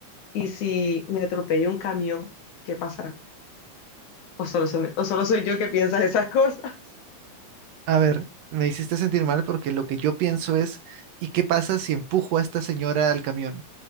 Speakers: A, on the left; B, on the right.
A: ¿y si me atropella un camión? ¿Qué pasará? O solo, se me- o solo soy yo que piensa esas <laughs> cosas.
B: A ver, me hiciste sentir mal porque lo que yo pienso es, ¿y qué pasa si empujo a esta señora al camión?